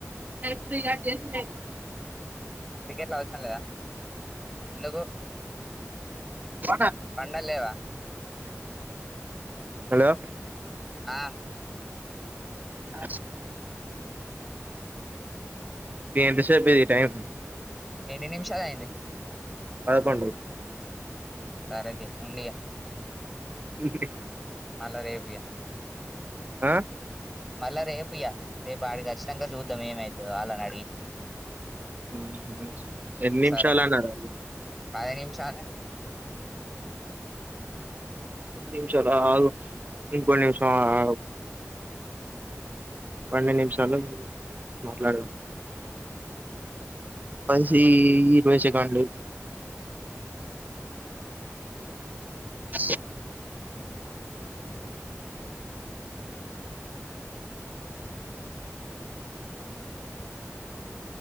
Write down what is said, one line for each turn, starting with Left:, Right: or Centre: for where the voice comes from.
Right: రేపు రికార్డు చేసి పెట్టిన.
Centre: వికెట్లు అవసరం లేదా ఎందుకు.
Right: ఓ అన్నా.
Centre: మండలేవా.
Right: హలో.
Centre: ఆ.
Right: <inaudible> ఏంత సేపు ఇది టైం
Centre: ఎన్ని నిమిషాలు అయింది
Right: పదకొండు
Centre: సరే తియి ఉండు ఇగ
Right: <inaudible>
Centre: మల్ల రేపిగా
Right: ఆ
Centre: మళ్ళ రేపు ఇగ రేపు ఆడికి వచ్చినంక చూద్దాం ఏమైతదో ఆళ్ళని అడిగి
Right: మ్మ్ హు ఎన్ని నిమిషాలు
Centre: సరే
Right: అన్నారు ఆళ్ళు
Centre: పది నిమిషాలే
Right: నిమిషాలు ఆగు ఇంకో నిమిషం ఆగు ఆగు రెండు నిమిషాలు మాట్లాడు పైసి ఇరవై సెకండ్లు <inaudible>